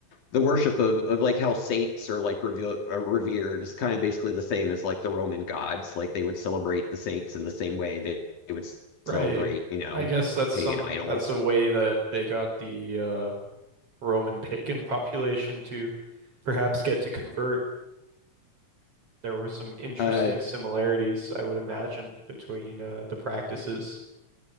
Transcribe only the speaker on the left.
the worship of, of like how saints are like reve- are revered is kind of basically the same as like the Roman gods. Like they would celebrate the saints in the same way they, they would
celebrate, you know,
pagan
idols.
Uh,